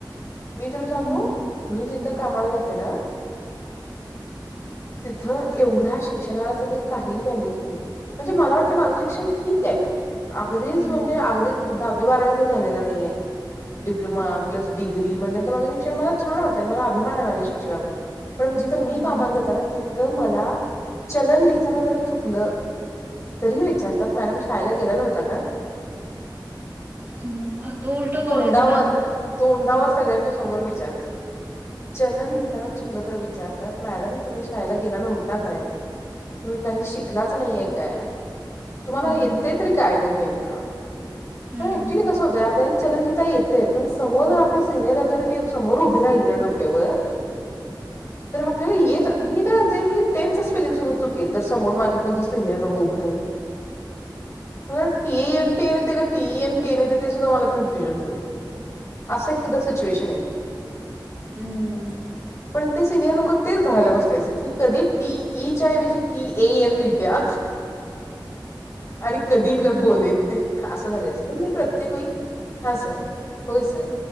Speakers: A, on the left; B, on the right.
A: मी तुला सांगू
B: हम्म.
A: मी जिथं
B: हम्म.
A: कामाला जाते ना तिथं एवढ्या शिक्षणाला त्यांनी काहीही व्हॅल्यू देत ना म्हणजे मला वाटतं माझं शिक्षण ठीक आहे अगदीच
B: हम्म.
A: म्हणजे अगदीच दहावी, बारावी तर झालेला नाहीये डिप्लोमा, प्लस डिग्री म्हटल्यानंत तर माझं शिक्षण मला छान वाटतं आणि मला अभिमान आहे माझ्या शिक्षणावर पण जिथं मी
B: हम्म.
A: कामाला जाता ना तिथं मला चलन लिहिताना जरा चुकलं तरीही विचारतात मॅडम शाळेला गेला नव्हता काय?
B: हम्म म-तू उलट
A: तोंडावर
B: बोलायच ना
A: तोंडावर सगळ्यांच्या समोर विचारतात चलन लिहिताना चुकलं तर विचारतात मॅडम तुम्ही शाळेला गेला नव्हता काय? तुम्ही काही शिकलाच नाहीेय काय? तुम्हाला
B: हम्म.
A: येतं तरी काय मग नेमकं
B: हम्म.
A: पण ऍक्च्युली कसं होतंय आपल्याला चलन लिहिता येतय पण समोर आपली सिनियर अथॉरिटी समोर उभी राहिली ना डोक्यावर <inaudible> तर आपल्याला येत मी काय म्हणते मी टेनच स्पेलिंग सुद्धा चुकेल जर समोर माझे कोणतर सिनियर लोक उभं राहिली तर मला टीएएनटी लिहिते का टीईएनटी लाहिते ते सुद्धा मला कन्फ्युज <unintelligible> असं एखेकदा सिच्युएशन आहे ती
B: हम्म..
A: पण ते सिनियर लोक तेच धरायला बसले असेल की कधी टी ई च्या ऐवजी टी ए एन लिहित्या आणि कधी हिला बोलेन असं झालं असेल पण मी प्रत्येक वेळी हा सर होय सर